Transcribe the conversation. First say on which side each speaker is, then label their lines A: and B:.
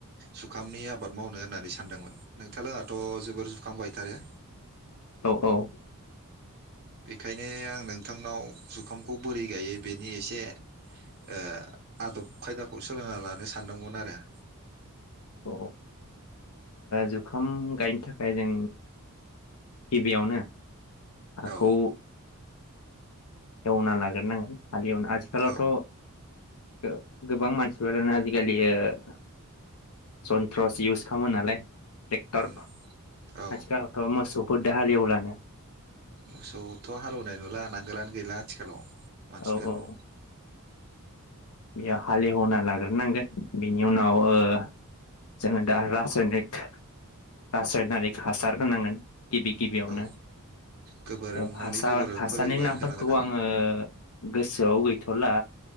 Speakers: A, on the right; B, on the left.
A: जुखामनि आबाद मावनो होननानै सानदोंमोन नोंथांलाङाथ' जोबोर जुखाम गायथारो।
B: औ औ
A: बेखायनो आं नोंथांनाव जुखामखौ बोरै गायो बेनि एसे ओ आदब खायदाखौ सोलोंना लानो सानदोंमोन आरो।
B: औ ओ जुखाम गायनो थाखाय जों गिबियावनो हाखौ
A: औ
B: एवना लाग्रोनांगोन। हालिवनो आथिखालावथ'
A: औ
B: गोबां मानसिफोरानो आजिखालि ओ जनथ्रस इउस खामो नालाय टेक्टर
A: उम औ
B: आथिखाल मोसौ फोरदो हालिएवलानो।
A: मोसौथ' हालेवनाय नुला नांगोलानो गैला आथिखालाव। मानसिफोरनाव
B: औ औ। बेयो हालेवना लाग्रोनांगोन बेनि उनाव ओ जोङो दा रासायनिक रासायनारिक हासार होनांगोन। गिबि गिबियावनो
A: औ गोबोर
B: ओ
A: न'नि
B: हासार
A: गोबोरफोर
B: हासारनि
A: होबा
B: नामफोरखौ
A: होनांगोन ना
B: आङो गोसोआव गैथ'ला